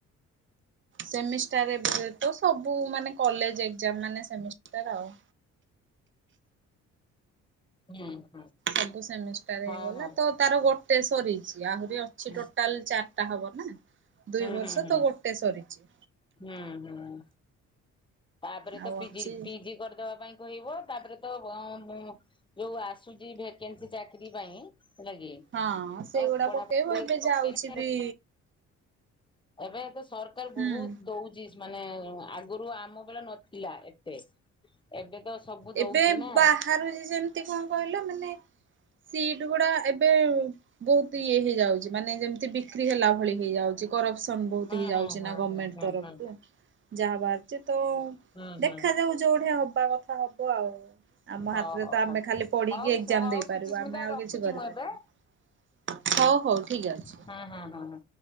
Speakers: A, on the right; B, on the left.
A: ସେମିଷ୍ଟାରବେ ତ ସବୁ ମାନେ କଲେଜ ଏକ୍ଜାମ ମାନେ ସେମି ତରଉ
B: ହୁଁ।
A: ସବୁ ସେମିଷ୍ଟାର
B: ହଁ
A: ହେଇଗଲା
B: ହଁ
A: ତ ତାର ଗୋଟେ ସରିଛି। ଆହୁରି ଅଛି
B: ହୁଁ
A: ଟୋଟାଲ ଚାର ହବ ନା। ଦୁଇ
B: ହୁଁ ହୁଁ
A: ବର୍ଷ
B: ହୁଁ
A: ତ ଗୋଟେ ସରିଛି
B: ହୁଁ ହୁଁ। ତାପରେ ତ
A: ଆଉ
B: ପିଜି
A: ଅଛି
B: ପିଜି କରିଦବା ପାଇଁ ହବ ତାପରେ ତ ମୁ ଯୋଉ ଆସୁଛି ଭେକେନ୍ସି ଚାକିର ପାଇଁ। ହେଲା କି
A: ହଁ ସେଗୁଡା
B: ଆଉ ପଢାପଢି
A: ପକେଇବୁ
B: କରିକି
A: ଏବେ
B: ପକେଇଲେ
A: ଯାଉଛି ବି
B: ଏବେ ତ ସରକାର
A: ହୁଁ
B: ବହୁତ ଦଉଛି। ମାନେ ଆଗରୁ ଆମ ନଥିଲା ଏତେ ଏବେ ତ ସବୁ ଦଉଛି
A: ଏବେ
B: ନା
A: ବାହାରୁଛି ଯେମିତି କଣ କହିଲ ମାନେ ସିଟ ଗୁଡା ଏବେ ବହୁତ ଇଏ ହେଇଯାଉଛି। ମାନେ ଯେମତି ବିକ୍ରି ହେଲା ଭଳି ହେଇଯାଉଛି କରପସନ ବହୁତ
B: ହୁଁ
A: ହେଇଯାଉଛି
B: ହୁଁ ହୁଁ
A: ନା ଗଣମେଣ୍ଟ
B: ହୁଁ ହୁଁ
A: ତରଫ
B: ହୁଁ।
A: ଯାହା ଭାରଛି। ତ
B: ହୁଁ ହୁଁ
A: ଦେଖାାଯାଉ ଯୋଉଠଆ ହବା କଥା। ହବ ଆଉ ଆମ
B: ହଉ
A: ହାତରେ
B: ହଉ
A: ତ
B: ହଉ
A: ଆମେ ଖା ପଢିକି
B: ହଉ
A: ଏକ୍ସାମ
B: ହଉ
A: ଦେଇପାରୁ
B: ସୁଚିସ୍ମିତା
A: ଆମେ ଆଉ
B: ରଖୁଛି
A: କିଛି କରିପାରନୁ
B: ମୁଁ ଏବେ
A: ହଉ ହଉ ଠିକ ଅଛି।
B: ହୁଁ ହୁଁ ହୁଁ ହୁଁ।